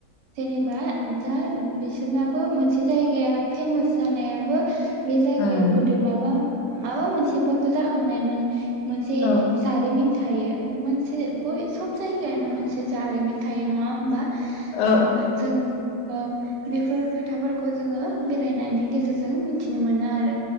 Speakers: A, on the right; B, on the left.
A: जेनेबा दा बिसोरनाबो मोनसे जायगाया फेमास जानायाबो बे जायगायाव
B: ओं
A: गोदो माबा माबा मोनसेबाबो जाखांनायमोन। मोनसे
B: औ
A: जारिमिन थायो मोनसे बय सब जायगायानो मोनसे जारिमिन थायो नङा होमबा?
B: औ
A: थ जों ओ बेफोर खोथाफोरखौ जोङो बेरायनायनि गेजेरजों मिथिनो मोनो आरो